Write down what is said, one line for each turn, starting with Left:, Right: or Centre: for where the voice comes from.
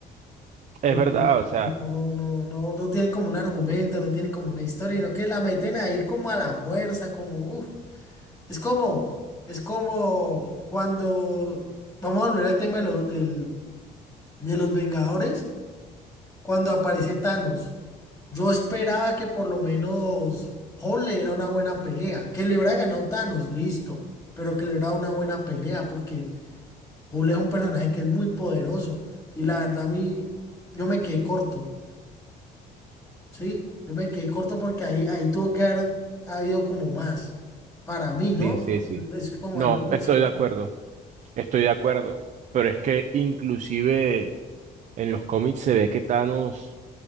Left: Porque
Right: Es verdad, o sea,
Left: no, no, no, no, no tienen como un argumento, no tienen como una historia, sino que la meten ahí como a la fuerza, como, uff, es como, es como cuando, vamos a volver al tema de, lo- del- de los Vengadores, cuando aparece Thanos. Yo esperaba que por lo menos Hulk le diera una buena pelea, que le hubiera ganado Thanos, listo, pero que le hubiera dado una buena pelea, porque Hulk es un personaje que es muy poderoso, y la verdad a mí, yo me quedé corto. Sí, yo me quedé corto porque ahí, ahí tuvo que haber habido como más. Para mí,
Right: sí,
Left: ¿no?
Right: sí, sí.
Left: Mm, Es como
Right: No,
Left: algo personal.
Right: estoy de acuerdo, estoy de acuerdo, pero es que inclusive en los cómics se ve que Thanos,